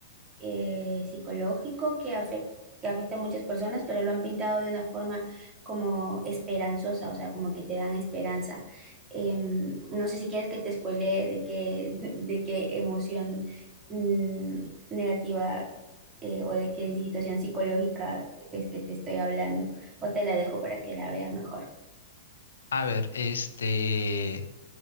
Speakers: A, on the right; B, on the left.
A: eh, psicológico que afecta, que afecta a muchas personas, pero lo han pintado de una forma como esperanzosa, o sea, como que te dan esperanza. Em, no sé si quieres que te spoilee de qué, de qué emoción mm, negativa eh, o de qué situación psicológica es que te estoy hablando, o te la dejo para que la veas mejor.
B: A ver, este,